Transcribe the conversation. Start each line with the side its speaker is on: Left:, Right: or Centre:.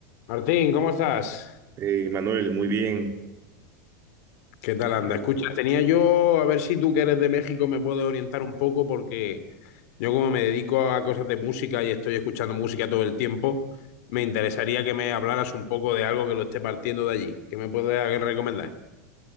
Left: Martín, ¿cómo estás?
Right: Eh, Manuel, muy bien.
Left: ¿Qué tal
Right: Eh,
Left: anda? Escucha, tenía yo, a ver si tú que eres de México me puedes orientar un poco porque yo como me dedico a cosas de música y estoy escuchando música todo el tiempo, me interesaría que me hablaras un poco de algo que lo esté partiendo de allí. ¿Qué me puedes recomendar?